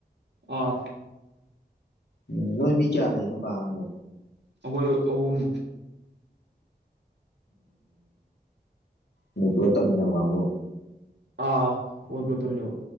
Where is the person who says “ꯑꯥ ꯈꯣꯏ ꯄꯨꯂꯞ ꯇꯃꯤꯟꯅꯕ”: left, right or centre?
Right